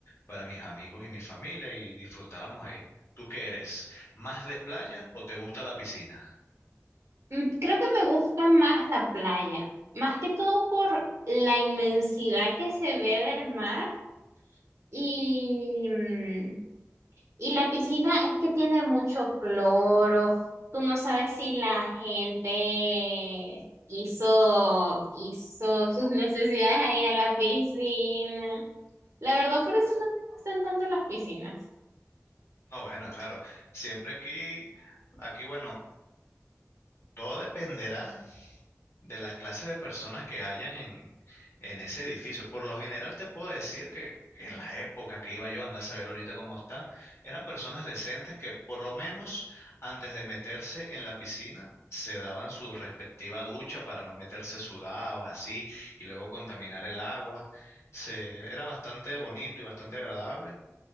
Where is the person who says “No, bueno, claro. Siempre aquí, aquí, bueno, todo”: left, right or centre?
Left